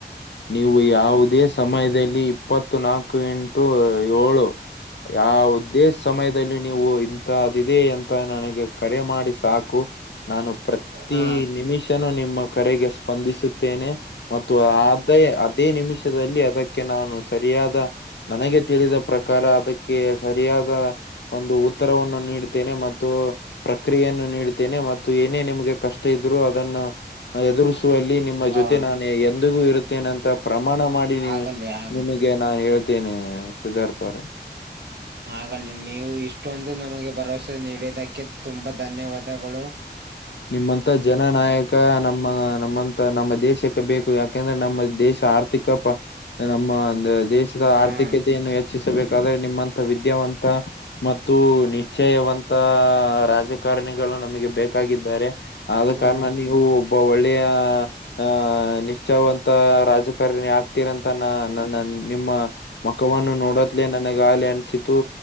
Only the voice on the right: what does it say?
ಹಾ
ಹಾ
ಆಗಲಿ ಆಗಲಿ
ಆಗಲ್ಲಿ ನೀವು ಇಷ್ಟೊಂದು ನಮಗೆ ಭರವಸೆ ನೀಡಿದ್ದಕ್ಕೆ ತುಂಬ ಧನ್ಯವಾದಗಳು.
ಹ್ಮ್
ಹ್ಮ್